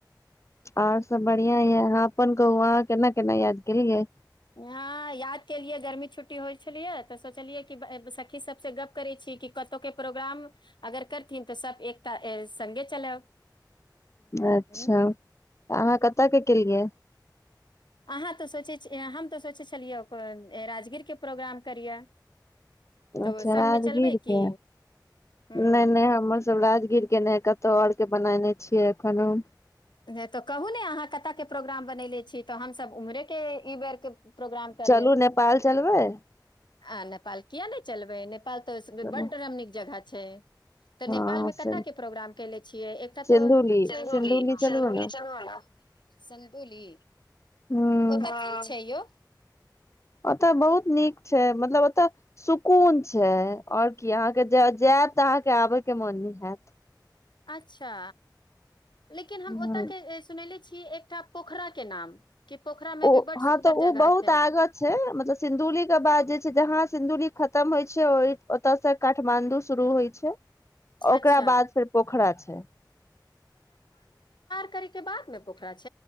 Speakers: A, on the left; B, on the left.
A: आऔर सब बढ़ििया यए हह अपन कहू अहाँ केना केना याद केलियै
B: हँ याद केलियै गर्मी छुट्टी होइ छलियै तऽ सोचलियै कि सखी सभसँ गप्प करैत छी कि कतहुके प्रोग्राम अगर करथिन तऽ सभ एकता सङ्गे चलब
A: अच्छाऽ
B: हूँ।
A: अहाँ कतयके केलियै
B: अहाँ तऽ सोचै छी हम तऽ सोचै छलियै राजगीर के प्रोग्राम करियै तऽ
A: अच्छा
B: सङ्गमे
A: राजगीर
B: चलबै की
A: के
B: हूँ।
A: नहि नहि हमर सब राजगी के नहि कतौ आओर के बनायने छ एखनहु
B: तऽ कहू ने अहाँ कत के प्रोग्राम बनले छी तऽ हमस उमरे के ई बेर के प्रोग्राम कर
A: चलू
B: लेब।
A: नेपाल चलबै
B: आ नेपाल किया नहि चलबै प त
A: चलू,
B: बडरम नीक जगह छै तऽ
A: हँ
B: नेपालमे कत
A: से
B: के प्रोग्राम कले छियै एकटा
A: सिन्धुली
B: तो सुल
A: सिन्धुली चलबै ने
B: चल सन्दोली
A: ह
B: ओ की छै अइयौ
A: ओतय बहुत नीक छै मतलब ओतय सुकून छै आओर की अहाँके जायत तऽ अहाँके आबयके मोन नहि होत
B: अच्छा लेकिन हम ओतय
A: ह
B: के सुननेे छी एकटा पोखरा के नाम कि पोखरा मे
A: ओ
B: भी बड
A: हँ
B: सुन्दर
A: तऽ ओ
B: जगह
A: बहुत
B: छै
A: आगत छै मतलब सिन्दुली के बाद जे छै जहाँ सिधुली खतम होइ छै ओतऽ से काठमा्डू शुरू होइ छै ओकरा
B: अच्छा
A: बाद फेर पोखरा छै त
B: करै के बादमे पोखरा छ छी